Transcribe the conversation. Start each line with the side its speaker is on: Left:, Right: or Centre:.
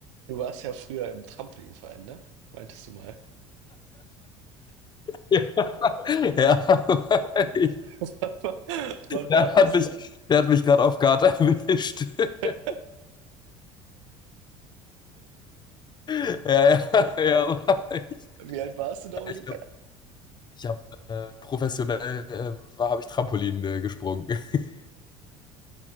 Right: Du warst ja früher im Trampolinverein, ne? Meintest du mal.
Left: Ja, <laughs> ja. <laughs> ich,
Right: <laughs> Wann
Left: der
Right: war das?
Left: hat mich, der hat mich gerade auf Guard erwischt. <laughs>
Right: Äh,
Left: Ja, ja, ja. <laughs> aber Ich,
Right: Wie alt warst du da ungefähr?
Left: ich habe ich hab, äh, professionell äh, war, habe ich Trampolin äh, gesprungen. <laughs>